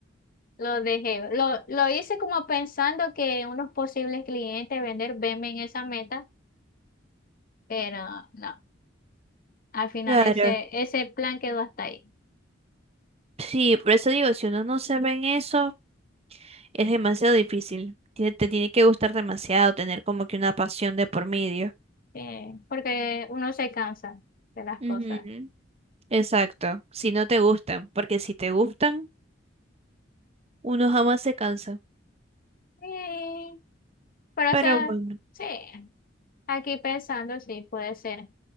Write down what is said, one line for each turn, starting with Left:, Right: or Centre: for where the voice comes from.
Left: lo dejé. Lo, lo hice como pensando que unos posibles clientes vender venme en esa meta, pero no. Al final
Right: claro.
Left: ese, ese plan quedó hasta ahí.
Right: Sí, por eso digo, si uno no se ve en eso, es demasiado difícil. Tiene- Te, tiene que gustar demasiado, tener como que una pasión de por medio.
Left: Eh, porque uno se cansa de las
Right: Ujú.
Left: cosas.
Right: Exacto, si no te gustan, porque si te gustan, uno jamás se cansa.
Left: sí pero
Right: Pero
Left: eso,
Right: bueno,
Left: sí. Aquí pensando, sí, puede ser.